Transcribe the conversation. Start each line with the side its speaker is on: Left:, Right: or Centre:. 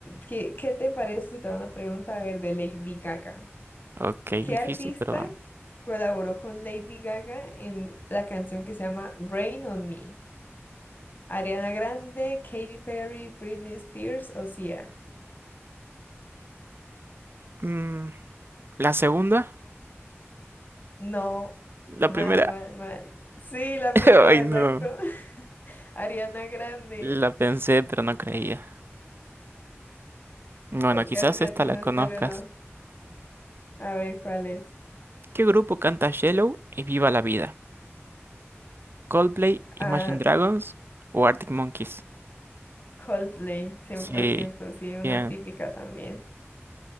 Left: ¿Qué, qué te parece si te hago una pregunta, a ver, de Lady Gaga?
Right: Ok,
Left: ¿Qué
Right: difícil,
Left: artista
Right: pero vamos.
Left: colaboró con Lady Gaga en la canción que se llama Rain on Me? Ariana Grande, Katy Perry, Britney Spears o Sia.
Right: Mm, ¿la segunda?
Left: No,
Right: ¿La
Left: mal,
Right: primera?
Left: mal, mal. Sí, la
Right: <laughs>
Left: primera,
Right: Ay, no.
Left: exacto. <laughs> Ariana Grande.
Right: La pensé, pero no creía. Bueno,
Left: Pues
Right: quizás
Left: casi te
Right: esta
Left: atinas,
Right: la conozcas.
Left: pero no. A ver cuál es.
Right: ¿Qué grupo canta Yellow y Viva la Vida? ¿Coldplay, Imagine
Left: Ah,
Right: Dragons o Arctic Monkeys?
Left: Coldplay, cien
Right: Sí,
Left: por ciento, sí, una
Right: bien,
Left: típica también.